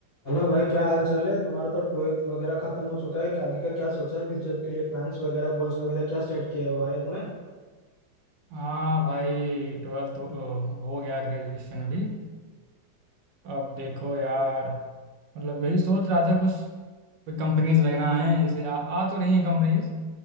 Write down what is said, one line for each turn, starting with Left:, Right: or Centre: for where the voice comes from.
Left: Hello भाई क्या हाल चाल है तुम्हारा तो ट्वेल्थ वगैरह खत्म हो चुका है क्या आगे का क्या सोचा है फ्यूचर के लिए प्लान्स वगैरह गोल्स वगैरह क्या सेट किया हुआ है तुम्हें
Right: हाँ भाई ट्वेल्थ तो ओ, हो गया ग्रेजुएशन अभी अब देखो यार मतलब यही सोच रहा था कुछ कोई कंपनीज वगैरह हैं जैसे आ, आ तो रही हैं कंपनीज